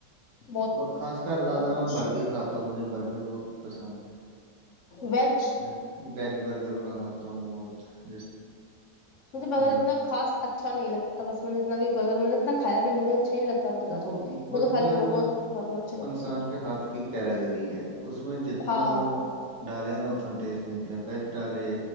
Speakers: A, on the left; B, on the right.
A: بہت
B: وہ خاص کر زیادہ
A: الگ
B: میں
A: ڈش
B: برگر
A: ہے
B: کھاتا ہوں مجھے برگر بہت پسند
A: ویج
B: ہے وج بر <inaudible>
A: مجھے بغیر
B: ہاں
A: اتنا خاص اچھا اچھا نہیں لگتا بس میں نے اتنا بھی برگر میں نے اتنا کھایا بھی نہیں اچھا ہی نہیں لگتا برگر
B: دیکھو برگر
A: مجھے خالی موموز زیادہ اچھے لگتے
B: انسان
A: ہیں
B: کے ہاتھ کی کیرگری ہے اس میں جتنا
A: ہاں
B: وہ ڈالے گا نا اتنا ٹیسٹ نکلے ویج ڈالے